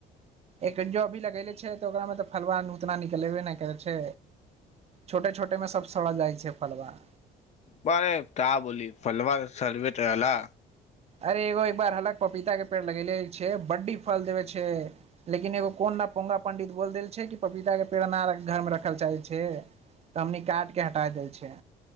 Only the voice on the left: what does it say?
बरे त बोल फलवार सर्वेटला